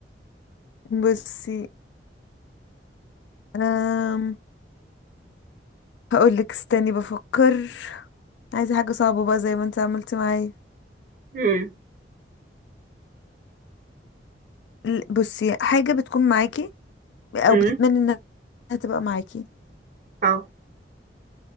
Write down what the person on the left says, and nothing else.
بصي أم... هقولك استني بفكر عايزة حاجة صعبة بقى زي ما انت عملتي معايا
ل- بصي حاجة بتكون معاكي او
بتتمني انها تبقى معاكي